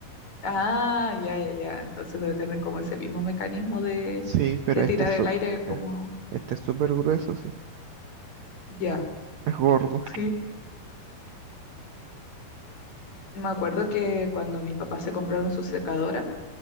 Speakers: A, on the left; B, on the right.
A: Ah, ya, ya, ya. Entonces debe tener como ese mismo mecanismo de,
B: Sí, pero
A: de
B: este
A: tirar
B: es
A: el
B: su-
A: aire como...
B: eh, este es súper grueso, sí.
A: Ya,
B: Es gordo,
A: sí. Me acuerdo que cuando mis papás se compraron su secadora,